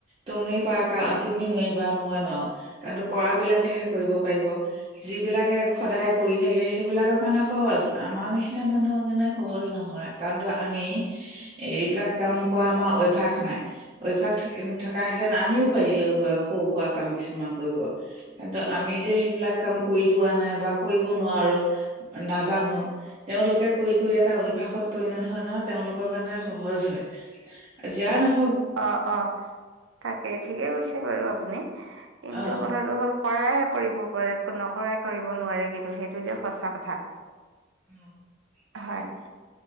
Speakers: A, on the right; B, on the right.
A: তুমি প তুমি নোৱাৰিবা মই নোৱাৰো। কাৰণো কৰা বিলাকেহে কৰিব পাৰিব য বিলাকে সদায় কৰি থাকে সেইবিলাকৰ কাৰণে সহজ আমাৰ নিচিনা মানুহৰ কাৰনেে সহজ নহয় কাৰণ তো আমি এইবিলাক কাম কৰা আমাৰ অভ্যাস নাই অভ্যয়াস থকা হেঁতেন আমিও পাৰিলো হয় সৰু সুুৱ কাম কিছুমান কৰিব। কিন্তু আমি যে সেইবিলাক কাম কৰি পোৱা নাই বা কৰিব নোৱাৰো নাজানো তেওঁ তেওঁলোকে কৰি কৰি এটা অভ্যাসত পৰিণত হয় নহয় তেওঁলোকৰ কাৰণে সহজ হয়, জিয় নহয়
B: অ' অ' তাকেই ঠিকে কৈছে বাৰু আপুনি কিন্তু
A: অ
B: কথাটো হ'ল কৰাইহে কৰিব পাৰে নকৰাই কৰিব নোৱাৰে কিন্তু সেইটো যে সঁচা কথা।
A: <inaudible>
B: হয়।